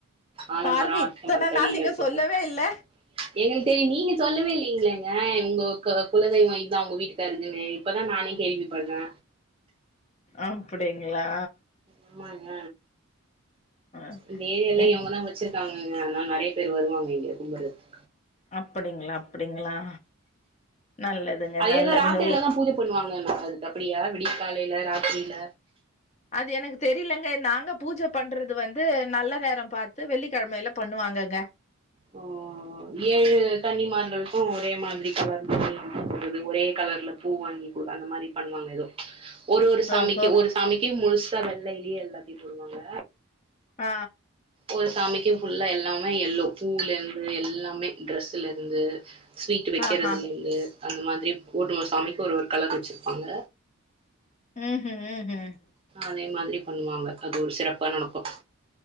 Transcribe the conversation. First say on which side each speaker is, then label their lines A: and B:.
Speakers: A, on the right; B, on the left.
A: ஆலமரோ
B: பாருங்க
A: அரச
B: இத்தன
A: மரத்தடியில
B: நாள் நீங்க
A: வச்சுர்க்காங்க
B: சொல்லவே இல்ல
A: எங்கள்ட்ட நீங்க சொல்லவே இல்லைங்களங்க உங்க குலதெய்வம் இதா உங்க வீட்டுக்காருக்குன்னு இப்பதா நானே கேள்வி பட்றே
B: அப்டிங்களா
A: ஆமாங்க
B: அ
A: இந்த ஏரியாலயே
B: ஏ
A: அவங்கதாங்க வச்சிருக்காங்கங்க அதனால நறைய பேரு வருவாங்க இங்க கும்பட்றத்துக்கு
B: அப்டிங்களா அப்டிங்களா நல்லதுங்க
A: அதேதா
B: நல்லதுங்க
A: ராத்திரில
B: ஓ
A: தா பூஜை பண்ணுவாங்கங்க அதுக்கு அப்டியா விடிய காலையில ராத்திரில
B: அது எனக்கு தெரியலங்க நாங்க பூஜை பண்றது வந்து நல்ல நேரம் பார்த்து வெள்ளிக்கிழமையில பண்ணுவாங்கங்க <inaudible>
A: ஓ ஏழு கன்னிமார்களுக்கு ஒரே மாதிரி கலர்லறது ஒரே கலர்ல பூ வாங்கி பூ அந்த மாதிரி பண்ணுவாங்க எதோ ஒரு ஒரு சாமிக்கு
B: ஓஹோ
A: ஒரு சாமிக்கு முழுசா வெள்ளைலியே எல்லாத்தையு போடுவாங்க
B: ஆ
A: ஒரு சாமிக்கு ஃபுல்லா எல்லாமே எல்லோ பூல்லேருந்து எல்லாமே ட்ரெஸ்ஸுலேருந்து ஸ்வீட் வைக்கிறதுலருந்து
B: ஆஹா
A: அந்த மாதிரி கூடும்ம சாமிக்கு ஒரு ஒரு கலர் வச்சிருப்பாங்க
B: ஹ் ஹ் ம்
A: அதே மாதிரி பண்ணுவாங்க அது ஒரு சிறப்பா நடக்கு